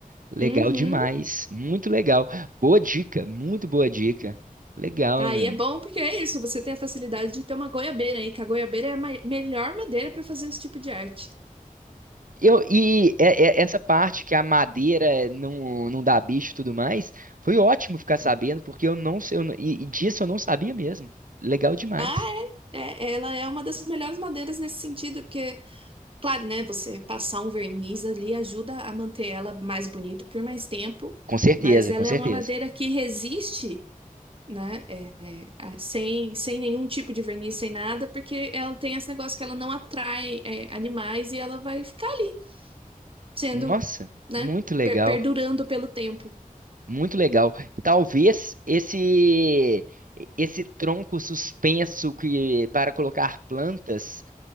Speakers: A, on the right; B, on the right.
A: Legal
B: Uhum.
A: demais, muito legal. Boa dica, muito boa dica. Legal,
B: Aí
A: mano.
B: é bom porque é isso, você tem a facilidade de ter uma goiabeira aí, que a goiabeira é a ma- melhor madeira para fazer esse tipo de arte.
A: Eu, e é- é- essa parte que a madeira não, não dá bicho e tudo mais, foi ótimo ficar sabendo, porque eu não sei, eu não- e, e disso eu não sabia mesmo. Legal demais.
B: Ah, é, é. é, Ela é uma das melhores madeiras nesse sentido, porque, claro, né, você passar um verniz ali ajuda a manter ela mais bonita por mais tempo,
A: Com certeza,
B: mas ela
A: com certeza.
B: é uma madeira que resiste, né, é, é, a- sem, sem nenhum tipo de verniz, sem nada, porque ela tem esse negócio que ela não atrai, é, animais e ela vai ficar ali, sendo,
A: Nossa,
B: né,
A: muito legal,
B: per- perdurando pelo tempo.
A: muito legal. Talvez esse esse tronco suspenso que para colocar plantas